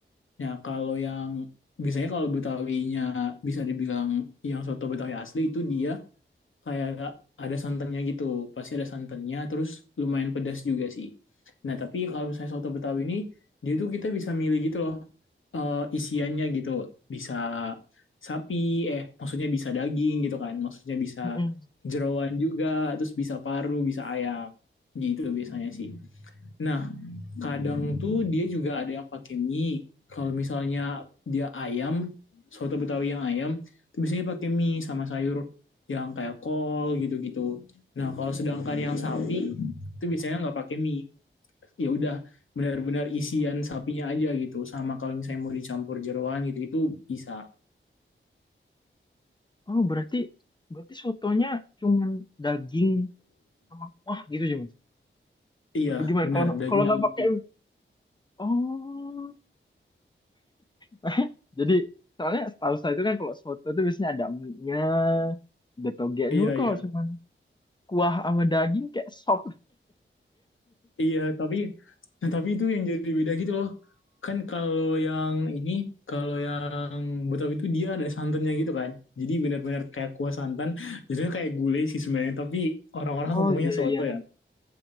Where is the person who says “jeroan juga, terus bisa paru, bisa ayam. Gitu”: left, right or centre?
Left